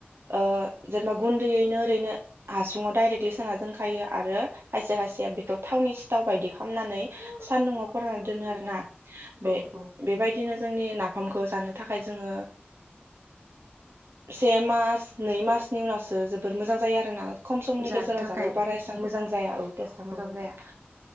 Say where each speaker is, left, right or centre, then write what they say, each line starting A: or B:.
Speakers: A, on the right; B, on the right.
A: ‌अ जेनेबा गुन्दैयैनो ओरैनो हासुङाव दडायरेक्टलि सोना दोनखायो, आरो खायसे खायसे बेखौ थावनि सिथाव बायदि खालामनानै सानदुंआव फानना दोनो आरो ना, बे
B: औ औ
A: बेबायदिनो जोंनि नाफामखौ जानो थाखाय जोङो से मास नै मास नि उनावसो जोबोर मोजां जायो आरोना। खम समनि
B: जानो
A: गेजेराव
B: थाखाय
A: जाब बा रायस्रां मोजां जाया औ टेस्टआ मोजां
B: औ
A: जाया।